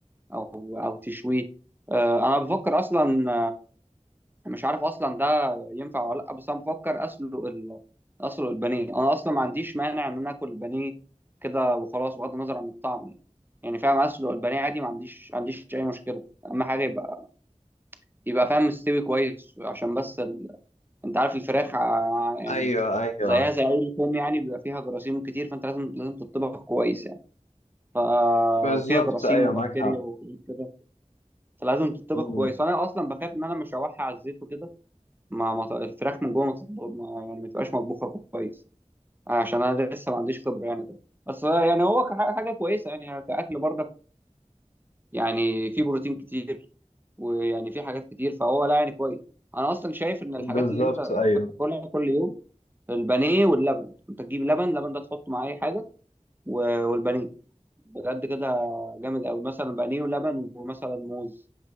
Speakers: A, on the right; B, on the left.
A: او او تشويه آه، انا بفكر اصلا مش عارف اصلا ده ينفع ولا لا بس انا بفكر اسلق ال... اسلق البانيه انا اصلا ما عنديش مانع ان انا اكل البانيه كده وخلاص بغض النظر عن الطعم يعني يعني فاهم اسلق البانيه عادي ما عنديش ما عنديش اي مشكله اهم حاجه يبقى يبقى فاهم مستوي كويس عشان بس ال... انت عارف الفراخ ع- يعني
B: ايوه ايوه
A: زيها زي اي لحوم يعني بيبقى فيها جراثيم كتير فانت لازم لازم تطبخ كويس يعني ففيها
B: بالظبط
A: جراثيم
B: ايوه
A: وبكتيريا
B: معاك حق
A: وحاجات كده فلازم تطبخ
B: مم.
A: كويس فانا اصلا بخاف ان انا مش هشوحها على الزيت وكده ما ما ط- الفراخ من جوه ما تط- ما- يعني ما تبقاش مطبوخه كويس عشان انا لسه ما عنديش خبره يعني كده بس يعني هو كح- حاجه كويسه يعني كاكل برضك يعني في بروتين كتير ويعني في حاجات كتير فهو لا يعني كويس انا اصلا شايف ان
B: بالظبط
A: الحاجات اللي انت المفروض
B: ايوه
A: تاكلها كل يوم البانيه واللبن انت تجيب لبن لبن ده تحطه مع اي حاجه و- والبانيه بجد كده جامد قوي مثلا بانيه ولبن ومثلا موز